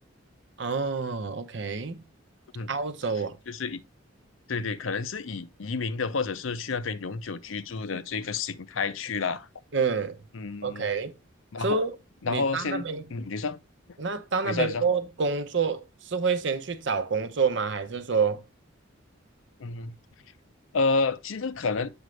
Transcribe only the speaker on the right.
哦，OK，
澳洲啊，
嗯，OK，so,
你到那边，
那到那边过后工作是会先去找工作吗？
还是说，